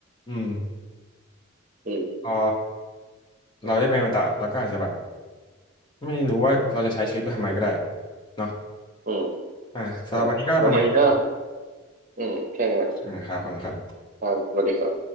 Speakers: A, on the left; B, on the right.
A: อืม
B: อืม
A: พอเราได้เป็นอมตะเราก็อาจจะแบบไม่รู้ว่าเราจะใช้ชีวิตไปทำไมก็ได้เนาะ
B: อืม
A: อ่าสำหรับวันนี้ก็ประมาณนี้ครับ
B: ใช่วันนี้ก็อืมแค่นี้
A: อ่าครับขอบคุณครับ
B: ครับสวัสดีครับ